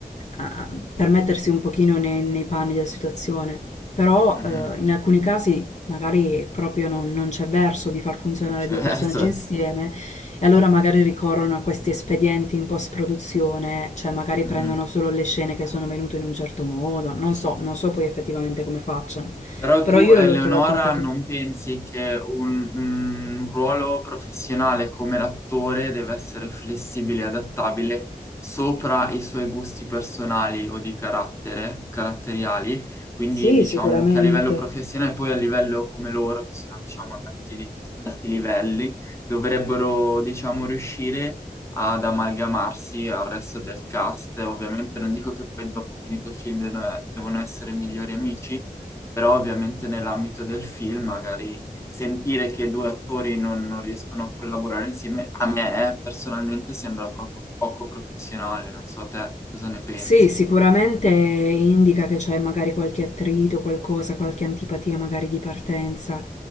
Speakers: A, on the left; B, on the left.
A: eh, per mettersi un pochino nei, nei panni della situazione, però
B: Mhm.
A: eh, in alcuni casi magari proprio non, non c'è verso di far funzionare
B: non c'è
A: due
B: verso.
A: personaggi insieme e allora magari ricorrono a questi espedienti in post-produzione, cioè magari
B: Mhm.
A: prendono solo le scene che sono venute in un certo modo, non so, non so
B: Certo.
A: poi effettivamente come facciano,
B: Però
A: però
B: tu,
A: io
B: Eleonora,
A: l'ho trovato un fatto
B: non
A: interessante.
B: pensi che un, un ruolo professionale come l'attore deve essere flessibile e adattabile sopra i suoi gusti personali o di carattere, caratteriali? Quindi
A: Sì,
B: diciamo
A: sicuramente.
B: che a livello professionale, poi a livello come loro, che sono diciamo ad alti, ad alti livelli, dovrebbero diciamo riuscire ad amalgamarsi al resto del cast. Ovviamente non dico che poi dopo finito il film devono devono essere migliori amici però ovviamente nell'ambito del film magari sentire che due attori non, non riescono a collaborare insieme, a me eh, personalmente sembra proprio poco professionale, non so te cosa ne pensi.
A: Sì, sicuramente indica che c'è magari qualche attrito, qualcosa, qualche antipatia magari di partenza.